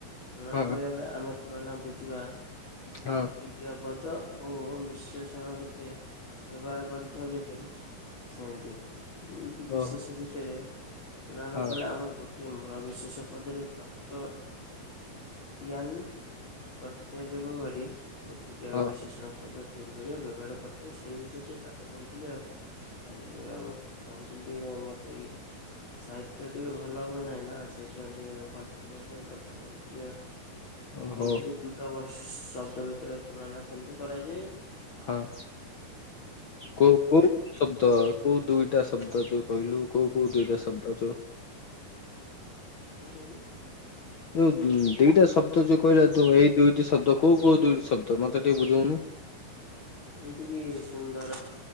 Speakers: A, on the left; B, on the left.
A: ତୁଣା
B: ହଁ
A: କରିବା ଆମେ ତୁଳନା ବୁଝିବା
B: ହଁ
A: ଗୋଟିକିଆ ପଦ ଓ ବିଶ୍ଳେଷଣ ରୂପେ ହେବହାର କରିଥାଉ ଯେପରି ସେମିତି ଦୁଇଟି
B: ହୁଁ
A: ବିଶେଷ ଭିତରେ ତୁଳନ
B: ହଁ
A: କଲେ ଆମେ ଗ ୋଟି ମୂଳ ବିିଶେଷ ପଦରେ ତତ୍ଵ ୟନ୍ ପ୍ରତ୍ୟାଯୋଗ କରି ଗୋ ଟିକେ
B: ହଁ
A: ବିଶେଷଣ ପଦ୍ଧତି ତିଆରି କରିବା ବ୍ୟବହାର କରିଥାଉ ସେଇ ବିଷୟରେ ଟିକେ ପାଠ ପଢ଼ୁଥିଲି ଆଉ ଆଜି ଆଉ ପଢୁଥିଲି ଟିକେ ମୋର ଟେ ସାହିତ୍ୟ ଟିକେ ଭଲ ହୁଏ ନାହିଁ ନା ସେଇଥିପାଇଁ ଟିକେ କରିବା ପାଇଁ ଗଟେ ପଢୁଥିଲି ଆଉ।
B: ଓହୋ
A: ଏଇ ଯୋଉ ଦୁଇଟା ବର୍ଷ। ଶବ୍ଦ ଭିତରେ ତୁଳନା କେମିତି କରାଯାଏ ଇ।
B: ହଁ କୋଉ କୋଉ ଶବ୍ଦ କୋଉ ଦୁଇଟା ଶବ୍ଦ ଯୋଉ କହିଲୁ କୋଉ କୋଉ ଦୁଇଟା ଶବ୍ଦଛ?
A: କଣ କହିଲୁ?
B: ଯୋଉ ଦିଟା ଶବ୍ଦ ଯୋଉ କହିଲା ତ ଏଇ ଦୁଇଟି ଶବ୍ଦ କୋଉ କୋଉ ଦିଇଟି ଶବ୍ଦ? ମତେ ଟିକେ ବୁଝଉନୁ।
A: ହୁଁ ଏମିତିକି ସୁନ୍ଦର।